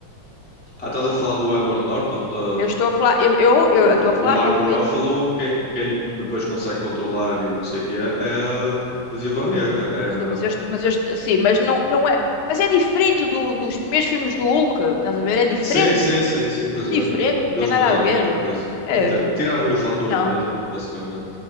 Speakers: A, in the centre; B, on the left.
A: Ah, estás a falar do Edward Norton? Da...
B: Eu estou a falar. Eu, eu, eu
A: Porque
B: estou a falar.
A: o Marco
B: eu,
A: Ruffalo, quem, quem lhe depois consegue controlar e não sei o que é, é a Viúva Negra. É...
B: Sim,
A: a-
B: mas eu, est- mas eu, est- sim, mas não, não é. Mas é diferente do, dos primeiros filmes do Hulk, estás a ver? É diferente.
A: Sim, sim, sim, sim, pois
B: Muito
A: é,
B: diferente,
A: pois é.
B: não
A: Eles
B: tem nada
A: mudaram
B: a ver.
A: muita coisa.
B: É.
A: Meter- Tiraram-lhe o fator
B: Não,
A: medo, basicamente.